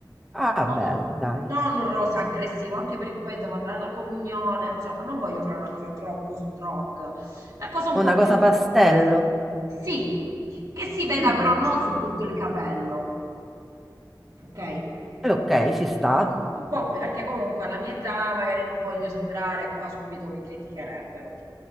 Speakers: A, in the centre; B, on the right (about 40°).
A: Ah,
B: non
A: beh,
B: un,
A: dai.
B: non un rosa aggressivo, anche perché poi devo andare alla comunione, insomma, non voglio fare una cosa troppo strong, una cosa un po'
A: Una cosa
B: più,
A: pastello.
B: sì, che si veda
A: Mm,
B: però non su tutto il capello, ok?
A: eh, ok, ci sta.
B: Mm, Un po' perché comunque alla mia età magari non voglio sembrare, qua subito mi criticherebbero.